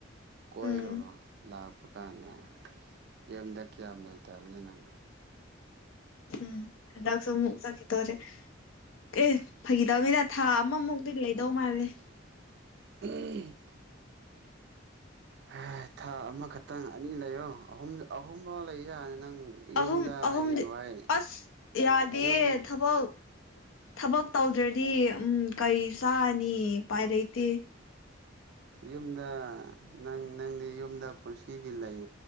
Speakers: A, on the right; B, on the left.
A: ꯀꯣꯏꯔꯨꯔꯣ
B: ꯎꯝ
A: ꯂꯥꯛꯄ ꯀꯥꯟꯗ ꯌꯨꯝꯗ ꯀꯌꯥꯝ ꯂꯩꯇꯕꯅꯤ ꯅꯪ
B: ꯍꯨꯝ ꯍꯟꯗꯛꯁꯨ ꯑꯃꯨꯛ ꯆꯠꯈꯤꯗꯣꯔꯦ ꯑꯦ ꯐꯥꯒꯤ ꯗꯃꯤꯅ ꯊꯥ ꯑꯃꯃꯨꯛꯇꯤ ꯂꯩꯗꯧ ꯃꯥꯜꯂꯦ
A: ꯎꯝ ꯍꯥ ꯊꯥ ꯑꯃꯈꯛꯇꯪ ꯑꯅꯤ ꯂꯩꯌꯣ ꯑꯍꯨꯝ ꯑꯍꯨꯝꯐꯥꯎ ꯂꯩ ꯌꯥꯅꯤ ꯅꯪ ꯌꯨꯝꯗ
B: ꯑꯍꯨꯝ ꯑꯍꯨꯝꯗꯤ
A: ꯍꯌꯦꯡꯋꯥꯏ
B: ꯑꯁ ꯌꯥꯗꯤꯌꯦ
A: ꯌꯨꯝ
B: ꯊꯕꯛ ꯊꯕꯛ ꯇꯧꯗ꯭ꯔꯗꯤ ꯎꯝ ꯀꯩ ꯆꯥꯅꯤ ꯎꯄꯥꯏ ꯂꯩꯇꯦ
A: ꯌꯨꯝꯗ ꯅꯪ ꯅꯪꯗꯤ ꯌꯨꯝꯗ ꯄꯨꯟꯁꯤꯒꯤ ꯂꯩ